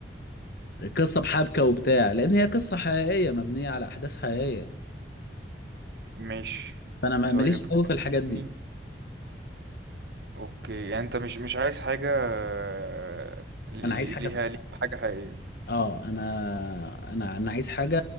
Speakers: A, on the left; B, on the right.
A: القصه بحبكه وبتاع لان هي قصه حقيقيه مبنيه على احداث حقيقيه
B: مش
A: فانا ما-
B: طيب
A: ماليش قوي في الحاجات دي
B: مم. اوكي يعني انت مش مش عايز حاجة آه، لي-
A: انا عايز
B: لي-
A: حاجه
B: ليها
A: فيها.
B: ليها حاجة حقيقية
A: اه انا انا انا عايز حاجه